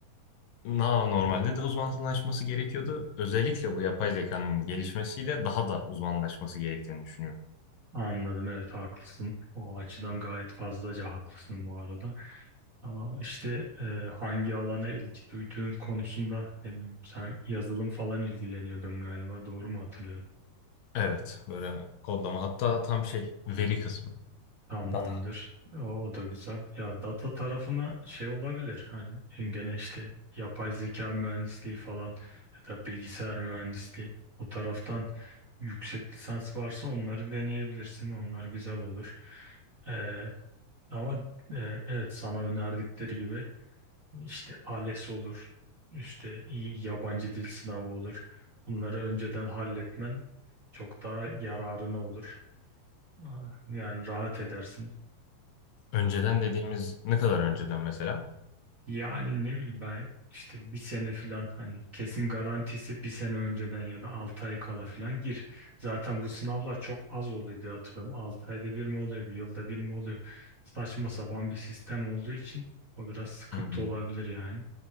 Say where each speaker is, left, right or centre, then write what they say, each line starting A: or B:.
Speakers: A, on the left (about 70°); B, on the right (about 40°).
A: Na- Normalde de uzmanlaşması gerekiyordu. Özellikle bu yapay zekanın gelişmesiyle daha da uzmanlaşması gerektiğini düşünüyorum.
B: Anladım evet haklısın. O açıdan gayet fazlaca haklısın bu arada. Ama işte e, hangi alana ilgi duyduğun konusunda ne bileyim sen yazılım falan ilgileniyordun galiba doğru mu hatırlıyorum?
A: Evet, böyle kodlama hatta tam şey veri kısmı,
B: Tamamdır.
A: data.
B: O, o da güzel. Ya data tarafına şey olabilir hani gene işte yapay zeka mühendisliği falan ya da bilgisayar mühendisliği o taraftan yüksek lisans varsa onları deneyebilirsin. Onlar güzel olur. E, ama e, evet sana önerdikleri gibi işte ALES olur, işte iyi yabancı dil sınavı olur. Bunları önceden halletmen çok daha yararına olur. Aa, Yani rahat edersin.
A: Önceden dediğimiz ne kadar önceden mesela?
B: Yani ne bileyim ben işte bir sene falan hani kesin garantisi bir sene önceden ya da 6 ay kala falan gir. Zaten bu sınavlar çok az oluyor diye hatırlıyorum. 6 ayda bir mi oluyor, bir yılda bir mi oluyor? Saçma sapan bir sistem olduğu için o biraz sıkıntı
A: Hmm,
B: olabilir yani.